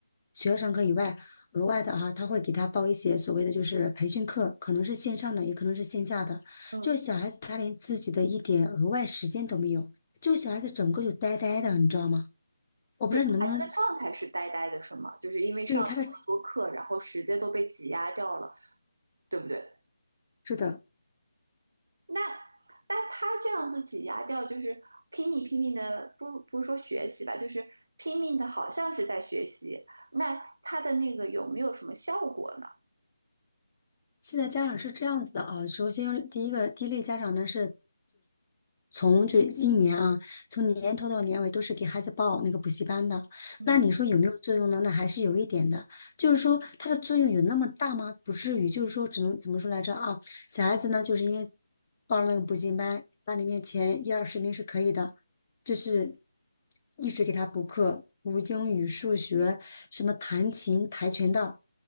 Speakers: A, on the left (about 25°); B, on the right (about 60°).
A: 学校上课以外，额外的哈、他会给他报一些所谓的就是培训课，可能是线上的，也可能是线下的。
B: 嗯。
A: 就小孩子他连自己的一点额外时间都没有，就小孩子整个就呆呆的，你知道吗？我不知道你能不能
B: 整个孩子的状态是呆呆的，是吗？就是因为上了那么多课，
A: 对他的，
B: 然后时间都被挤压掉了，对不对？
A: 是的。
B: 那那他这样子挤压掉，就是拼命拼命的，不不是说学习吧，就是拼命的，好像是在学习。那他的那个有没有什么效果呢？
A: 现在家长是这样子的啊，首先第一个第一类家长呢是从这一年啊，从年头到年尾都是给孩子报那个补习班的。
B: 嗯，
A: 那你说有没有作用呢？那还是有一点的，就是说它的作用有那么大吗？不至于，就是说只能怎么说来着啊？小孩子呢，就是因为报了那个补习班，班里面前一二十名是可以的，就是一直给他补课，补英语、数学，什么弹琴、跆拳道。